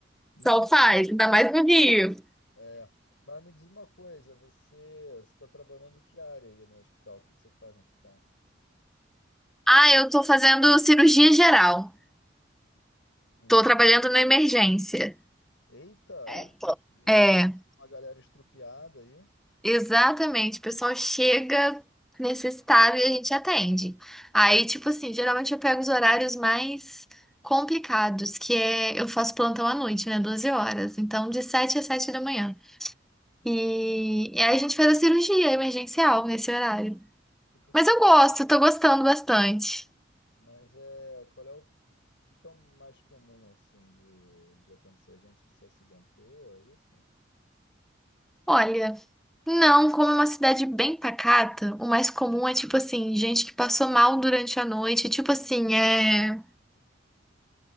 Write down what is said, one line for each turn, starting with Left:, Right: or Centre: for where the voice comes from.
Left: Mas,
Centre: Sol
Left: me-
Centre: faz, ainda mais no Rio.
Left: é, mas me diz uma coisa, você está trabalhando que área aí no hospital? O que que você faz no hospital?
Centre: Ah, eu tô fazendo cirurgia geral.
Left: Hum,
Centre: Tô trabalhando na emergência.
Left: eita!
Centre: É, então.
Left: E
Centre: É,
Left: aí, uma galera estrupiada aí,
Centre: exatamente. O pessoal chega necessitado e a gente atende. Aí, tipo assim, geralmente eu pego os horários mais complicados, que é eu faço plantão à noite, né? doze horas. Então, de 7 às 7 da manhã. E, e aí a gente faz a cirurgia emergencial nesse horário.
Left: tipo
Centre: Mas
Left: que
Centre: eu gosto, tô gostando bastante.
Left: Mas é, qual é o, o que que é o mais comum assim de, de acontecer? Gente que se acidentou, é isso?
Centre: Olha, não, como é uma cidade bem pacata, o mais comum é tipo assim, gente que passou mal durante a noite, tipo assim, é